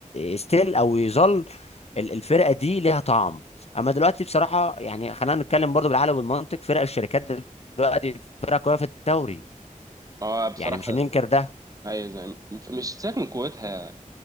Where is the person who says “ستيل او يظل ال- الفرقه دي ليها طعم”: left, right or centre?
Left